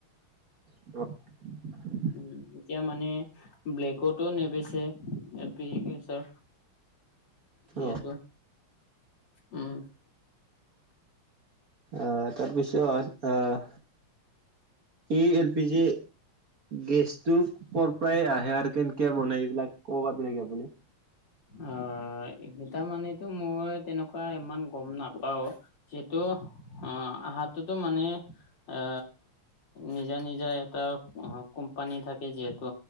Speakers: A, on the right; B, on the left.
A: অ-
B: উ এতিয়া মানে ব্লেকতো নেবেছে এল পি জি গেছৰ এইহেতু
A: অ
B: উম।
A: আহ তাৰপিছত আহ এই এল পি জি গেছটো প্ৰায় আহে আৰু কেনেকে বনাই এইবিলাক ক'ব পাৰি নেকি আপুনি?
B: অ এইকেইটা মানেতো মই তেনেকুৱা ইমান গম নাপাও যিেতু অ আহাতটোতো মানে এ নিজা নিজা এটা কোম্পানী থাকে যিহেতু